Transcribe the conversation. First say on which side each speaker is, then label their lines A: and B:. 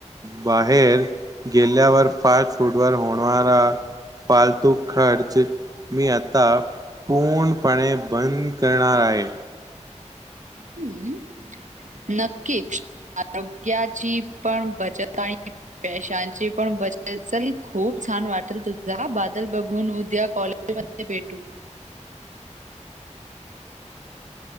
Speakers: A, on the right; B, on the right.
A: बाहेर गेल्यावर फास्ट फूडवर होणारा पालतू खर्च मी आता पूर्णपणे बंद करणार आहे.
B: हम्म नक्कीच आरोग्याची पण बचत आणि पैशांची पण बचत असल खूप छान वाटेल तुझा बादल बघून उद्या कॉलेज मध्ये भेटू.